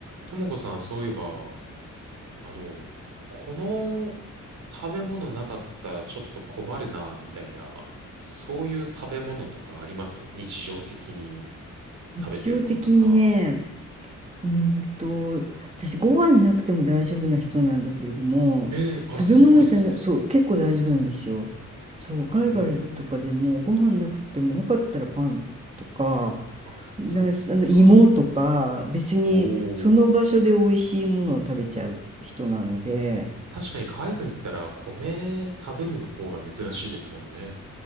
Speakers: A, on the right (about 75°); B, on the right (about 20°).
A: ともこさん、そういえば、あの、この食べ物なかったらちょっと困るな、みたいな、そういう食べ物とかあります日常的に
B: 日常的にね、
A: 食べてるものとか。
B: うーんと、私ご飯なくても大丈夫な人なんだけれども、
A: えー、あ、
B: 食べ物じゃなく、
A: すごいですね。
B: そう、結構大丈夫なんですよ。そう、海外とかでもご飯なくてもなかったらパンとか、
A: えー、あ、
B: な、
A: そっか。
B: あの芋とか、別にその場所で美味しいものを食べちゃう人なので、
A: おー。確かに海外行ったら米食べる方が珍しいですもんね。